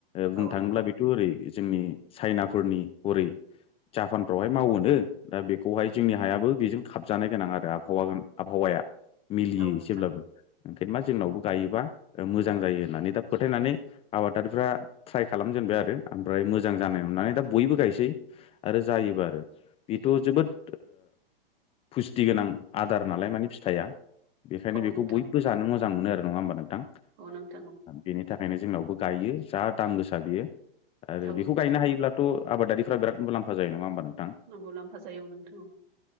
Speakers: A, on the left (about 20°); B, on the right (about 50°).
A: बुंनो
B: औ
A: थाङोब्ला
B: नोंथां
A: बेथ' ओरै जोंनि चाइनाफोरनि हरै जापानफ्रावहाय मावोनो दा बेखौहाय जोंनि हायाबो बेजों खाबजानाय गोनां आरो आबहावा आबहावाया मिलियो
B: औ
A: एसेब्लाबो
B: नोंथां
A: ओंखायनोबा जोंनावबो गायोबा मोजां जायो होननानै दा फोथायनानै आबादारिफ्रा ट्राय खालामो। दोनबाय आरो ओमफ्राय मोजां जानाय नुनानै दा बयबो गायसै आरो जायोबा आरो बेथ' जोबोद। फुस्टि गोनां आदार नालाय माने फिथाइया बेखायनो
B: औ
A: बेखौ
B: नोंथां
A: बयबो जानो मोजां मोनो आरो नङा होमबा नोंथां।
B: औ नोंथां
A: बेनि थाखायनो जोंनावबो गायो जा। दाम गोसा बियो आरो
B: औ
A: बेखौ
B: नोंथां
A: गायनो हायोब्लाथ' आबादारिफ्रा बिराद मुलाम्फा जायो नङा होमबा नङा। औ
B: मुलाम्फा जायो औ नोंथां